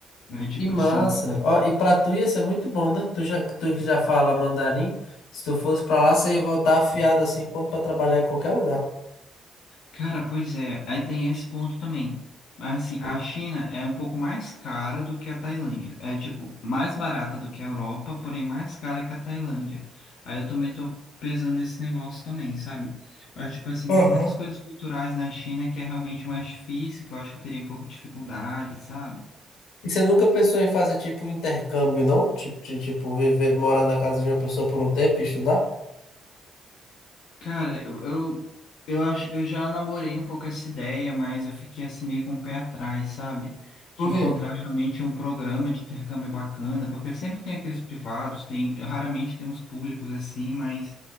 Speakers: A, on the left (about 75°); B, on the left (about 80°).
A: É tipo
B: Que massa.
A: assim, eu fiquei-
B: Ó, e pra tu ia ser muito bom, né? Tu já, tu que já fala mandarim, se tu fosse pra lá, você ia voltar afiado assim, pronto pra trabalhar em qualquer lugar.
A: Cara, pois é, aí tem esse ponto também. Mas assim, a China é um pouco mais cara do que a Tailândia. É tipo, mais barata do que a Europa, porém mais cara que a Tailândia. Aí eu também tô pesando esse negócio também, sabe? Mas tipo assim,
B: Aham.
A: tem muitas coisas culturais na China que é realmente mais difícil, que eu acho que eu teria um pouco de dificuldade, sabe?
B: E você nunca pensou em fazer tipo um intercâmbio, não? Tipo, de, tipo, viver, morar na casa de uma pessoa por um tempo e estudar?
A: Cara, eu, eu, eu acho, eu já namorei um pouco essa ideia, mas eu fiquei assim meio com o pé atrás, sabe? De
B: Por
A: encontrar
B: quê?
A: realmente um programa de intercâmbio bacana, porque sempre tem aqueles privados, tem, raramente tem uns públicos assim, mas,